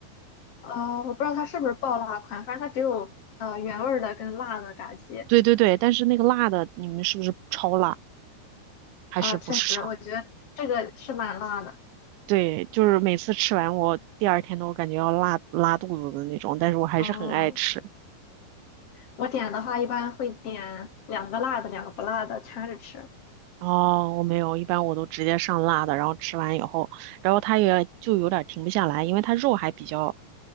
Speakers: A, on the left; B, on the right.
A: 呃，我不知道它是不是爆辣款，反正它只有呃原味儿的跟辣的炸鸡。
B: 对对对，但是那个辣的，你们是不是超辣还是不是超？
A: 啊，确实，我觉得这个是蛮辣的。
B: 对，就是每次吃完我第二天都感觉要拉拉肚子的那种，但是我还是很爱吃。
A: 哦。我点的话一般会点两个辣的，两个不辣的掺着吃。
B: 哦，我没有，一般我都直接上辣的，然后吃完以后，然后它也就有点停不下来，因为它肉还比较